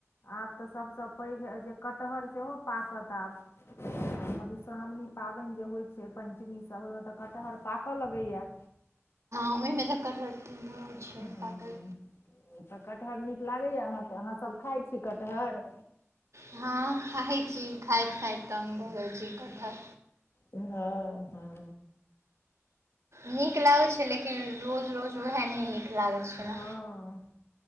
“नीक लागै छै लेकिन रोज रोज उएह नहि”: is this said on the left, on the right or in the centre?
Right